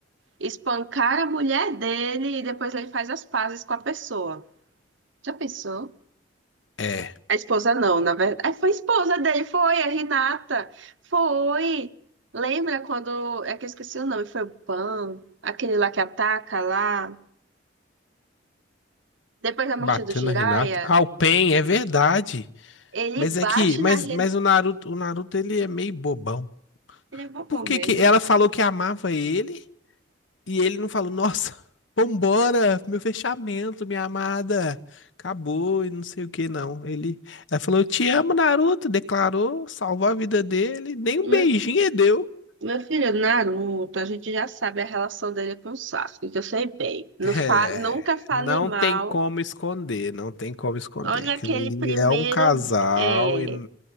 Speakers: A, on the right; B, on the left.
A: Espancar a mulher dele e depois ele faz as pazes com a pessoa. Já pensou?
B: É,
A: A esposa não, na verdade. Ah, Foi a esposa dele, foi a Renata. Foi. Lembra quando. É que eu esqueci o nome, foi o Pan, aquele lá que ataca lá. Depois da
B: bateu
A: morte do Jiraiya,
B: na Renata. Ah, o Pain, é verdade.
A: ele
B: Mas
A: bate
B: é que, mas,
A: na Renata.
B: mas o Naruto, o Naruto ele é meio bobão.
A: Ele é bobão
B: Por que
A: mesmo.
B: que ela falou que amava ele? E ele não falou, nossa, <laughs> vambora, meu fechamento, minha amada, acabou e não sei o que, não. Ele, ela falou, eu te amo, Naruto, declarou, salvou a vida dele, nem um
A: Meu,
B: beijinho ele deu.
A: meu filho, Naruto, a gente já sabe a relação dele com o Sasuke, que eu sei bem. Não
B: É,
A: fa... Nunca fale
B: não
A: mal
B: tem como esconder, não tem como esconder.
A: Olha
B: Aquilo
A: aquele
B: ali
A: primeiro.
B: é um casal
A: é,
B: e